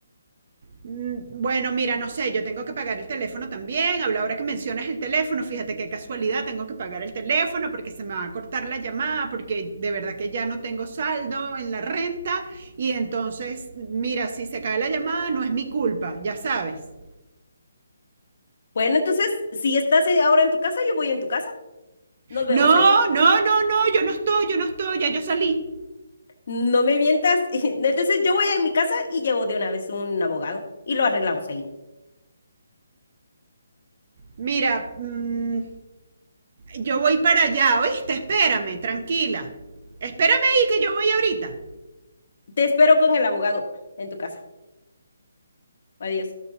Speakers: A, on the right; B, on the left.
A: Mm, Bueno, mira, no sé, yo tengo que pagar el teléfono también. Habla ahora que mencionas el teléfono, fíjate qué casualidad, tengo que pagar el teléfono porque se me va a cortar la llamada, porque de verdad que ya no tengo saldo en la renta y entonces, mira, si se cae la llamada no es mi culpa, ya sabes.
B: Bueno, entonces, si estás eh, ahora en tu casa, yo voy en tu casa. Nos vemos
A: No,
B: ahí.
A: no, no, no, yo no estoy, yo no estoy, ya yo salí.
B: No me mientas. <laughs> Entonces, yo voy a mi casa y llevo de una vez un abogado y lo arreglamos ahí.
A: Mira, mm, yo voy para allá, ¿oíste? Espérame, tranquila. Espérame ahí que yo voy ahorita.
B: Te espero con el abogado en tu casa. Adiós.